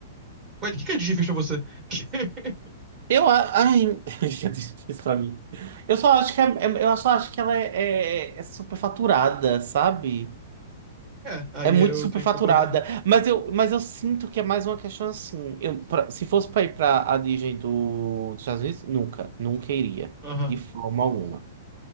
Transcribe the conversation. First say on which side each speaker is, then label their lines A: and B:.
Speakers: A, on the right; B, on the right.
A: Ué, o que que a Disney fez pra você? <laughs>
B: Eu, a- ai, <laughs> já disse isso pra mim. Eu só acho que é- é- eu só acho que ela é, é, é superfaturada, sabe?
A: É, aí
B: É muito
A: eu
B: superfaturada.
A: tenho que concordar.
B: Mas eu, mas eu sinto que é mais uma questão assim. Eu, pra- se fosse pra ir pra a Disney do, dos Estados Unidos, nunca, nunca iria.
A: Aham.
B: De forma alguma.